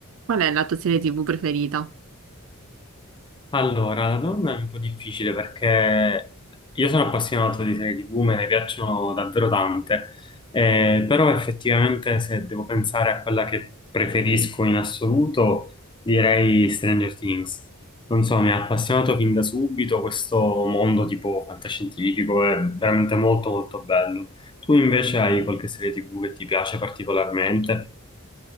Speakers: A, on the right (about 65°); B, on the left (about 20°).
A: Qual è la tua serie TV preferita?
B: Allora, la donna è un po' difficile perché io sono appassionato di serie TV, me ne piacciono davvero tante, eh, però effettivamente se devo pensare a quella che preferisco in assoluto, direi Stranger Things. Non so, mi ha appassionato fin da subito questo mondo tipo fantascientifico, è veramente molto molto bello. Tu invece hai qualche serie TV che ti piace particolarmente?